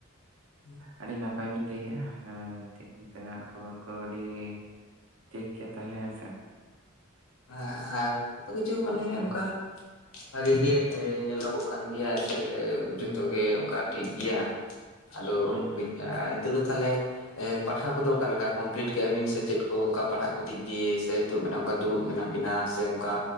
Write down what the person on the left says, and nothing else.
<unintelligible>
ᱦᱟᱸ ᱟᱨ ᱡᱚᱛᱚ ᱠᱤᱪᱷᱩ ᱢᱟᱱᱮ
ᱚᱝᱠᱟ ᱵᱷᱟᱜᱮ ᱜᱮ
ᱮ ᱧᱮᱞᱚᱜᱚᱜ ᱠᱟᱱ ᱜᱮᱭᱟ ᱥᱮ ᱡᱚᱛᱚ
ᱜᱮ ᱚᱱᱠᱟ ᱴᱷᱤᱠ ᱜᱮᱭᱟ, ᱟᱫᱚ
ᱠᱟᱹᱡ
ᱟ ᱱᱤᱛᱚᱜ ᱫᱚ ᱛᱟᱞᱦᱮ ᱮ ᱯᱟᱲᱦᱟᱣ ᱠᱚᱫᱚ ᱚᱠᱟ ᱞᱮᱠᱟ ᱠᱚᱢᱯᱞᱤᱴ ᱠᱮᱫᱮᱜ-ᱟ ᱵᱤᱱ ᱥᱮ ᱪᱮᱫ ᱠᱚ ᱚᱝᱠᱟ ᱯᱟᱲᱦᱟᱜ ᱠᱚ ᱫᱤᱠ ᱫᱤᱭᱮ ᱥᱮ ᱦᱤᱛᱚ ᱢᱟᱱᱮ ᱚᱱᱠᱟ ᱫᱩᱲᱩᱵ ᱢᱮᱱᱟᱜ ᱵᱤᱱᱟ ᱥᱮ ᱚᱱᱠᱟ